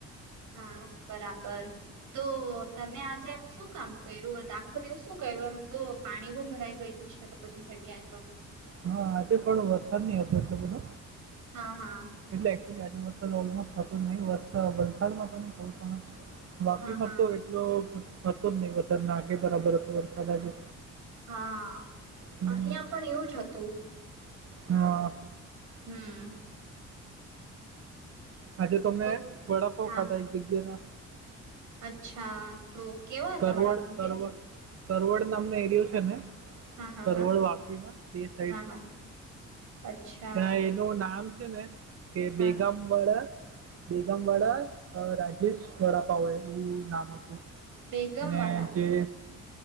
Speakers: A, on the right; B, on the right.
A: હા બરાબર તો તમે આજે એમ શું કામ કર્યું આખો દિવસ શું કર્યું એમ તો પાણી બહ ભરાઈ ગયેલું છે. શગ્યા તો
B: હા આજે પણ વરસાદ નહ હતો એટલ બધો
A: હા હા
B: એટલે એકચુલી આજે વરસાદ ઓલમોસ્ટ હતો જ નહી વરસા વલસાડમાં તો નઈ ક પણ વાપીમાં
A: હા હા
B: તો એટલો હતો જ નહ વરસાદ નાખે બરાબર હતો વરસાદ આજે
A: હા
B: હમ,
A: અહિયાં પણ એવું જ હતું
B: હા
A: હમ
B: આજે તમે
A: તો
B: વડાપ
A: હા
B: ખાધા એક જગ્યા ના
A: અચ્છા તો કેવા હતા
B: કરવડ
A: વડાપાઉ
B: કરવડ
A: તે
B: કરવડ નામનો એરિયો છે ને
A: હા હા
B: કરવડ
A: હા
B: વાપીમાં તે સાઈડ
A: હા હા અચ્છા
B: ત્યાં નું નામ છે ને કે
A: હા
B: બેગામ વડા બેગામવાળા રાજેશ વડાપાઉ હો નામ હતું
A: બેગમ
B: મેને
A: વાળા
B: જે